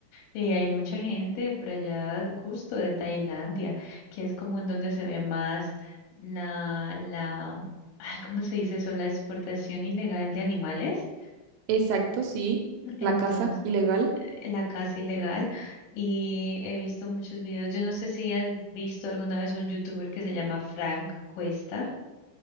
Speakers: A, on the left; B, on the right.
A: Y hay mucha gente por allá, justo de Tailandia, que es como en donde se ve más la, la, ay, ¿cómo se dice eso? La exportación ilegal de animales.
B: Exacto, sí.
A: Entonces,
B: La casa ilegal.
A: eh, la caza ilegal. Y he visto muchos videos. Yo no sé si has visto alguna vez un youtuber que se llama Frank Cuesta.